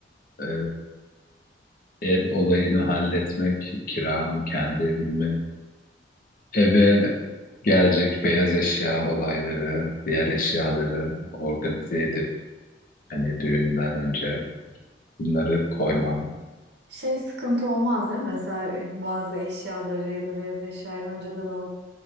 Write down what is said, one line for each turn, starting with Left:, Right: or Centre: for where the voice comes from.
Left: Ee, ev olayını halletmek, kira mı, kendi evin mi? Eve gelecek beyaz eşya olayları, diğer eşyaları organize edip hani düğünden önce bunları koyman.
Right: Şey sıkıntı olmaz değil mi? Mesela e, bazı eşyaları ya da beyaz eşyayı önceden alıp